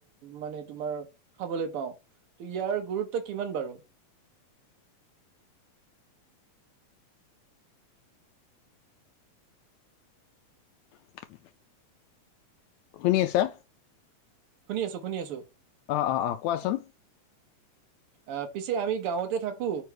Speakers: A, on the right; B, on the left.
A: মানে তোমাৰ খাবলৈ পাওঁ। ত ইয়াৰ গুৰুত্ব কিমান বাৰু?
B: উ <inaudible> শুনি আছা?
A: শুনি আছো -শুনি আছো
B: অহ -অহ -অহ কোৱাচোন?
A: আহ', পিছে আমি গাঁৱতে থাকো।